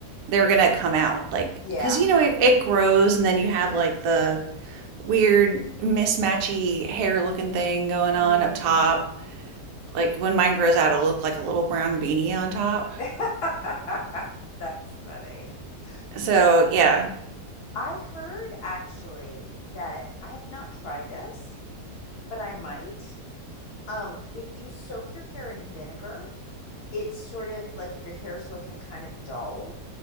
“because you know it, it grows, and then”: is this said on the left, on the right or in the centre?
Right